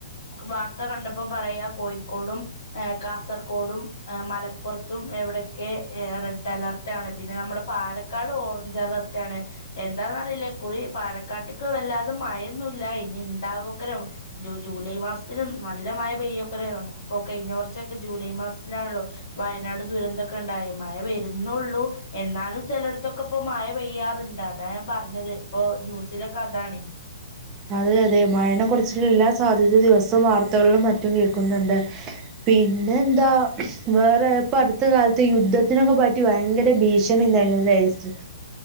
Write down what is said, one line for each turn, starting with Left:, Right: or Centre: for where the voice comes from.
Left: വാർത്ത കണ്ടപ്പോ പറയാ കോഴിക്കോടും കാസർഗോടും മലപ്പുറത്തും എവിടെയൊക്കെ റെഡ് അലർട്ടാണ് പിന്നെ നമ്മുടെ പാലക്കാട് ഓറഞ്ച് അലർട്ടാണ് എന്താന്നറിയില്ല കുറേ പാലക്കാട്ടക്ക് വല്ലാതെ മഴയൊന്നുല്ല ഇനി ഇണ്ടാവോക്കനൂ ജൂലൈ മാസത്തിലും നല്ല മഴ പെയ്യോക്കര നമുക്കിപ്പോൊ കഴിഞ്ഞ കുറച്ചൊക്കെ ജൂലൈ മാസത്തിലാണല്ലോ വയനാട് ദുരന്തൊക്കെ ഉണ്ടായി മഴ വരുന്നുള്ളൂ എന്നാലും ചിലടത്തൊക്കെ ഇപ്പോ മഴ പെയ്യാറുണ്ട് അതാ ഞാൻ പറഞ്ഞത് ഇപ്പൊ ന്യൂസിലൊക്കെ അതാണ്
Right: അതെ അതെ മഴനെ കുറിച്ചിട്ടുള്ള എല്ലാ സാധ്യതയും ദിവസവും വാർത്തകളിലും മറ്റും കേൾക്കുന്നുണ്ട് പിന്നെ എന്താ വേറെ ഇപ്പൊ അടുത്ത കാലത്ത് യുദ്ധത്തിനൊക്കെ പറ്റി ഭയങ്കര ഭീഷണി ഇന്തായിരുന്നു